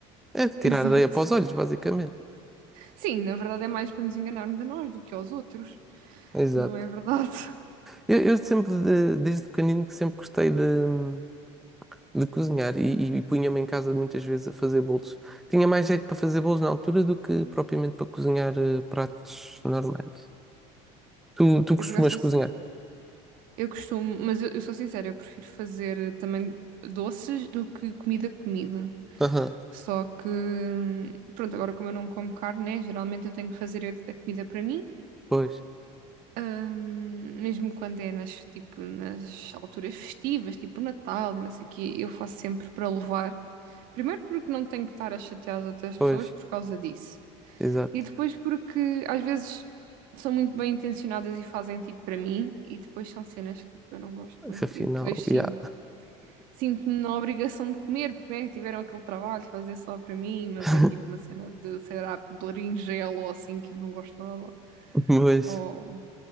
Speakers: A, on the right; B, in the centre.
A: <laughs>
B: É tirar
A: Exato.
B: areia para os olhos, basicamente.
A: Sim, na verdade é mais para nos enganarmos a nós do que aos outros,
B: Exato.
A: não é verdade? <laughs>
B: Eu, eu sempre, de- desde pequenino, que sempre gostei de, de cozinhar e, e, e punha-me em casa muitas vezes a fazer bolos. Tinha mais jeito para fazer bolos na altura do que propriamente para cozinhar eh, pratos normais. Tu, tu costumas
A: Eu, por acaso, sou
B: cozinhar?
A: si- eu costumo, mas eu, eu sou sincera, eu prefiro fazer também doces do que comida comida.
B: Aham,
A: Só que, hum, pronto, agora como eu não como carne, né, geralmente eu tenho que fazer a a comida para mim
B: Pois,
A: Hum, mesmo quando é nas, tipo, nas alturas festivas, tipo Natal e não sei o quê, eu faço sempre para levar. Primeiro porque não tenho que estar a chatear as outras
B: pois,
A: pessoas por causa disso.
B: exato.
A: E depois porque às vezes são muito bem intencionadas e fazem tipo para mim, e depois são cenas que tipo, eu não gosto muito.
B: Afinal,
A: E depois sim,
B: yeah.
A: sinto-me na obrigação de comer, porque né, tiveram aquele trabalho de fazer só para mim, mas
B: <laughs>
A: é tipo uma cena de, sei lá, berinjela ou assim que eu não gosto nada.
B: Mas
A: Ou